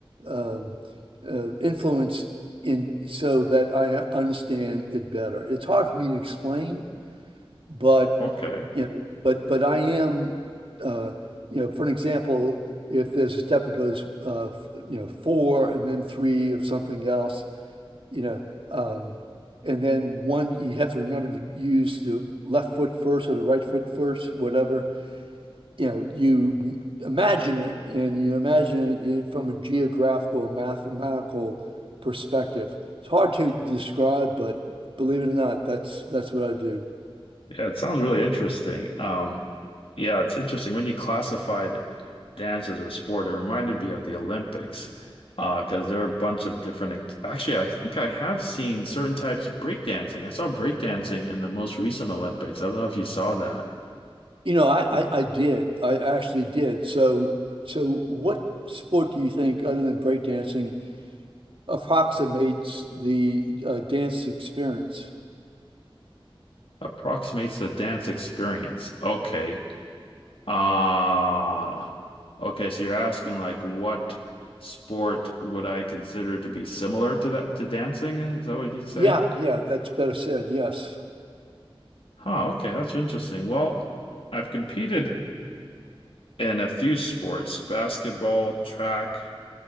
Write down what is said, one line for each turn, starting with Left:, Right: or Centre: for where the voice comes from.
Right: um, uh, influence in so that I understand it better. It's hard for me to explain, but
Left: okay.
Right: you know, but but I am uh, you know, for an example, if there's a step that goes uh, f- you know four and then three of something else, you know, um, and then one, you have to remember to use the left foot first or the right foot first, whatever. You know, you imagine it and you imagine it from a geographical, mathematical perspective. It's hard to describe, but believe it or not, that's that's what I do.
Left: Yeah, it sounds really interesting. Um, yeah, it's interesting. When you classified dance as a sport, it reminded me of the Olympics, uh, because there are a bunch of different act actually, I think I have seen certain types of breakdancing. I saw breakdancing in the most recent Olympics. I don't know if you saw that.
Right: You know, I, I,
Left: That
Right: I did. I actually did. So so what sport do you think, other than breakdancing, approximates the uh, dance experience?
Left: Approximates the dance experience. Okay. Uh okay, so you're asking like what sport would I consider to be similar to that to dancing? Is that what you'd say?
Right: Yeah, yeah, that's better said. Yes,
Left: Huh, okay, that's interesting. Well, I've competed in a few sports, basketball, track,